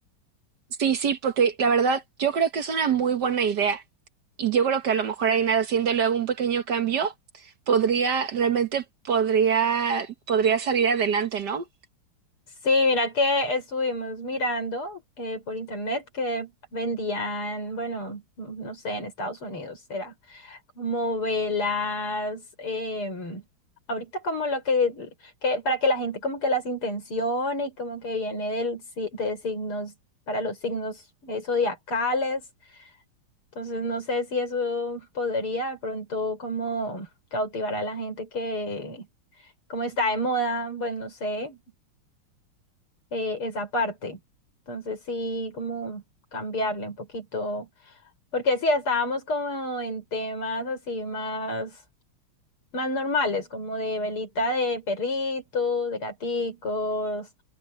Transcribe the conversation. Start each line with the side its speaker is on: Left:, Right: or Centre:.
Right: sí, sí, porque la verdad yo creo que es una muy buena idea. Y yo creo que a lo mejor ahí nada, haciéndole algún pequeño cambio, podría, realmente podría, podría salir adelante, ¿no?
Left: Sí, mira que estuvimos mirando eh, por internet que vendían, bueno, no sé, en Estados Unidos era como velas, em, ahorita como lo que, que, para que la gente como que las intencione y como que viene del, si- de signos, para los signos eh, zodiacales. Entonces no sé si eso podría de pronto como cautivar a la gente que como está de moda, pues no sé eh, esa parte. Entonces sí, como cambiarle un poquito, porque sí, estábamos como en temas así más, más normales, como de velita de perritos, de gaticos,